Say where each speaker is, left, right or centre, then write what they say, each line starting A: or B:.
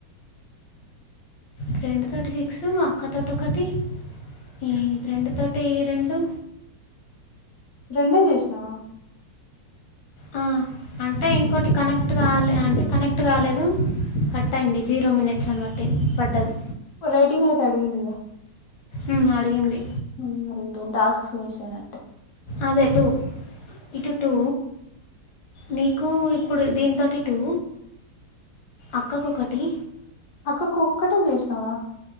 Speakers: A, on the left (about 80°); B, on the left (about 60°).
A: ఫ్రెండ్ తోటి సిక్సు, అక్కతోటి ఒకటి, ఏ ఫ్రెండ్ తో టీ రెండు
B: రెండే జెసినావా
A: ఆ, అంటే ఇంకోటి కనెక్ట్ కాలే, అంటే కనెక్ట్ కాలేదు, కట్ అయింది, జీరో మినిట్స్ అని వట్టింది పడ్డది.
B: రేటింగ్ అయితే అడిగిందిగా,
A: ఉమ్ అడిగింది
B: ఉమ్ <unintelligible> టాస్క్ ఫినిష్ అయినట్
A: అదే టు, ఇటు టూ నీ కు ఇప్పుడు దీనితోటి టూ, అక్కకొకటి
B: అక్క ఒక్కటే చేసినావా